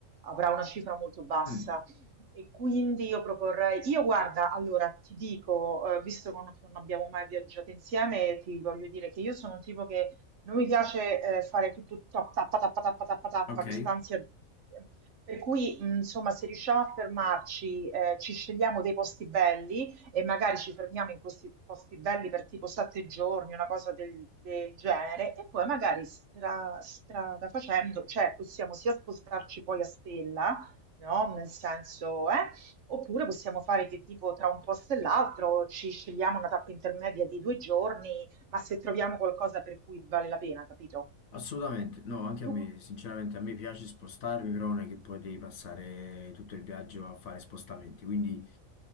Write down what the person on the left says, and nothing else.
Mm,
ok,
assolutamente. No, anche
a me, sinceramente, a me piace spostarmi, però non è che poi devi passare tutto il viaggio a fare spostamenti. Quindi